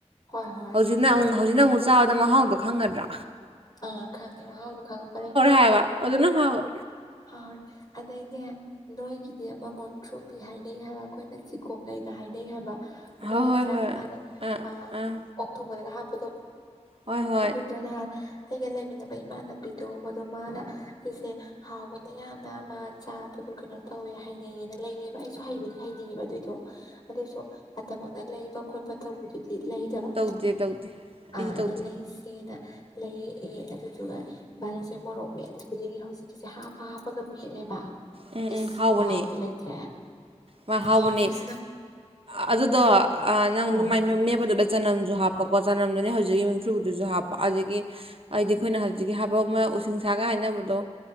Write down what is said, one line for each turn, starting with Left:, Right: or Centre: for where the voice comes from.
Left: ꯍꯣꯏ ꯍꯣꯏ
Right: ꯍꯧꯖꯤꯛꯅ ꯑꯃꯨꯛ ꯍꯧꯖꯤꯛꯅ ꯑꯃꯨꯛ ꯆꯥꯕꯗ ꯃꯍꯥꯎꯗꯣ ꯈꯪꯑꯗ꯭ꯔꯥ
Left: ꯑ ꯈꯪꯗꯦꯕ ꯃꯍꯥꯎ ꯈꯪꯉꯛꯄꯅꯤꯅ
Right: ꯍꯥꯏꯕ ꯍꯧꯖꯤꯛꯅ ꯍꯥꯎꯔꯦ
Left: ꯍꯥꯎꯌꯦ ꯑꯗꯩꯅꯦ ꯅꯣꯏꯒꯤꯗꯤ ꯑꯃ ꯃꯣꯠꯊ꯭ꯔꯨ ꯕꯤ ꯍꯥꯏꯅꯩ ꯍꯥꯏꯕ ꯑꯩꯈꯣꯏꯅ ꯆꯤꯒꯣꯝ ꯂꯩꯒ ꯍꯥꯏꯅꯩ ꯍꯥꯏꯕ ꯑꯃ
Right: ꯍꯣꯏ
Left: ꯂꯩꯇ꯭ꯔꯥ
Right: ꯍꯣꯏ ꯍꯣꯏ
Left: ꯍꯥꯟꯅ
Right: ꯑꯥ
Left: ꯑ
Right: ꯑꯥ
Left: ꯑꯣꯛ ꯊꯣꯡꯕꯗꯒ ꯍꯥꯞꯄꯗꯣ
Right: ꯍꯣꯏ ꯍꯣꯏ
Left: ꯑꯗꯨꯏꯗꯣ ꯅꯍꯥꯟ ꯑꯩꯒ ꯂꯩꯃꯤꯟꯅꯕ ꯏꯃꯥꯟꯅꯕꯤꯗꯣ ꯃꯗꯣ ꯃꯥꯅ ꯁꯤꯁꯦ ꯍꯥꯎꯕꯅꯦ ꯌꯥꯝꯅ ꯃꯥ ꯆꯥꯕꯗꯣ ꯀꯩꯅꯣ ꯇꯧꯋꯦ ꯍꯩꯅꯩꯌꯦꯅ ꯂꯩꯔꯤꯕ ꯑꯩꯁꯨ ꯍꯩꯕꯗꯤ ꯍꯩꯅꯩꯌꯦꯕ ꯑꯗꯨꯏꯗꯣ ꯑꯗꯨꯁꯨ ꯑꯇꯥꯝꯃꯛꯅ ꯂꯩꯕ ꯈꯣꯠꯄ ꯇꯧꯕꯗꯨꯗꯤ ꯂꯩ ꯀꯩꯕ
Right: ꯇꯧꯗꯦ ꯇꯧꯗꯦ ꯑꯩꯁꯨ
Left: ꯑꯗ
Right: ꯇꯧꯗꯦ
Left: ꯂꯩꯁꯦꯅ ꯂꯩꯔꯛꯑꯦ ꯑꯗꯨ ꯑꯗꯨꯒ ꯏꯕꯥꯅꯤꯁꯦ ꯃꯣꯔꯣꯛꯃꯦꯠꯂꯤ ꯈꯨꯗꯤꯒꯤ ꯍꯧꯖꯤꯛꯀꯤꯁꯦ ꯍꯥꯞꯄ ꯍꯥꯞꯄꯒ ꯃꯦꯠꯂꯦꯕ
Right: ꯎꯝ
Left: ꯏꯁ
Right: ꯎꯝ ꯍꯥꯎꯕꯅꯦ
Left: ꯈꯨꯍꯥꯎꯗꯤ ꯂꯩꯇ꯭ꯔꯦ
Right: ꯃꯥ ꯍꯥꯎꯕꯅꯤ
Left: ꯍꯥꯎꯕꯁꯤꯅ
Right: ꯑꯗꯨꯗꯣ ꯅꯪ
Left: ꯑꯣ
Right: ꯑꯗꯨ ꯃꯦꯠꯄꯗꯨꯗ ꯆꯅꯝꯁꯨ ꯍꯥꯞꯄꯀꯣ ꯆꯅꯝꯗꯨꯅꯤ ꯍꯧꯖꯤꯛ ꯃꯨꯊ꯭ꯔꯨꯕꯤꯗꯨꯁꯨ ꯍꯥꯞꯄ ꯑꯗꯒꯤ ꯑꯩꯗꯤ ꯑꯩꯈꯣꯏꯅ ꯍꯧꯖꯤꯛꯀꯤ ꯍꯥꯞꯄ ꯑꯃ ꯎꯁꯤꯡꯁꯥꯒ ꯍꯥꯏꯅꯕꯗꯣ